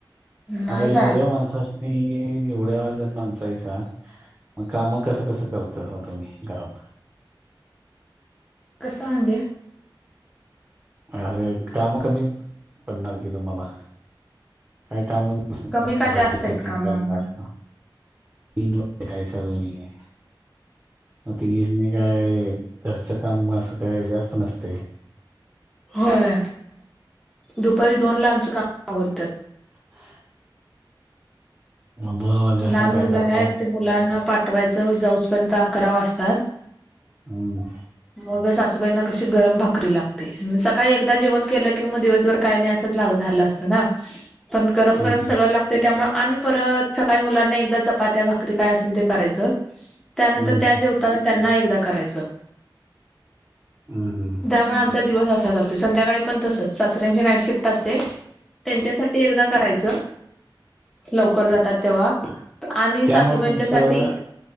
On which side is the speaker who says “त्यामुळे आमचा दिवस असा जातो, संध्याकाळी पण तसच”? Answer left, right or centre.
Centre